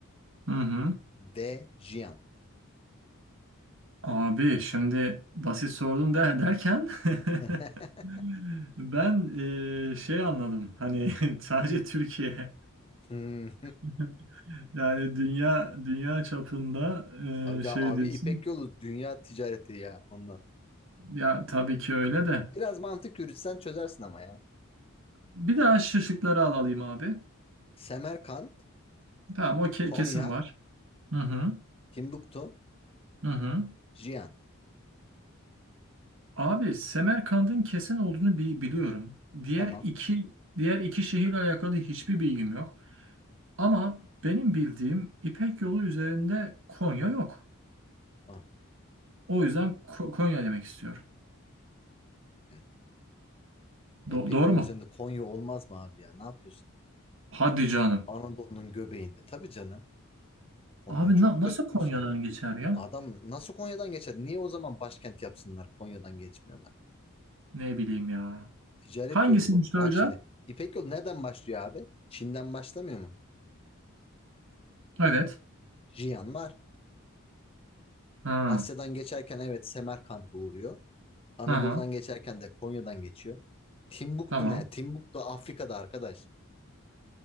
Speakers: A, on the right; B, on the left.
A: Hı hı.
B: D. Jiyan
A: Abi şimdi basit sordum de, derken <laughs>
B: <laughs>
A: ben eee, şey anladım hani <laughs> sadece Türkiye
B: Hmm.
A: <laughs> yani dünya dünya çapında
B: Abi,
A: eee, şey
B: ya, abi
A: diyorsun
B: İpek Yolu dünya ticareti ya ondan.
A: ya tabii ki öyle de
B: Biraz mantık yürütsen çözersin ama ya.
A: bir daha şu şıkları al alayım abi
B: Semerkant,
A: tamam o ke-
B: Konya,
A: kesin var hı hı
B: Timbuktu,
A: hı hı
B: Jiyan.
A: abi Semerkand'ın kesin olduğunu bi- biliyorum diğer
B: Tamam.
A: iki diğer iki şehirle alakalı hiçbir bilgim yok Ama benim bildiğim İpek Yolu üzerinde Konya yok.
B: Ah,
A: O yüzden Ko- Konya demek istiyorum.
B: evet. İpek
A: Do- doğru
B: Yolu
A: mu?
B: üzerinde Konya olmaz mı abi ya? Ne yapıyorsun?
A: Hadi canım.
B: Anadolu'nun göbeğinde. Tabii canım. Konya
A: Abi
B: çok
A: na-
B: köklü
A: nasıl Konya'dan
B: bir şey.
A: geçer ya?
B: Adam nasıl Konya'dan geçer? Niye o zaman başkent yapsınlar? Konya'dan geçmiyor da.
A: Ne bileyim ya.
B: Ticaret
A: Hangisini
B: yolu bu.
A: soru
B: Bak şimdi İpek yolu nereden başlıyor abi? Çin'den başlamıyor mu?
A: Evet.
B: Jiyan var.
A: Ha.
B: Asya'dan geçerken evet Semerkant'a uğruyor. Anadolu'dan
A: Aha.
B: geçerken de Konya'dan geçiyor. Timbuktu
A: Tamam.
B: ne? Timbuktu Afrika'da arkadaş.